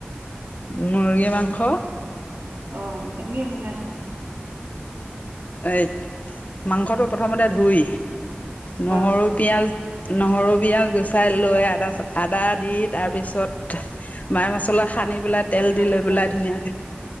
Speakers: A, on the left (about 40°); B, on the right (about 70°).
A: মূগী মাংস
B: অ কেনেকে বনাইছা
A: এই মাংসটো প্ৰথমতে ধুই নহৰু
B: হয় হয়
A: পিয়াজ নহৰু পিয়াজ গুচাই লৈ আদা আদা দি তাৰ পিছত মাই মছলা সানি পেলাই তেল
B: হয়
A: দি লৈ
B: হয়
A: পেলাই ধুনীয়াকে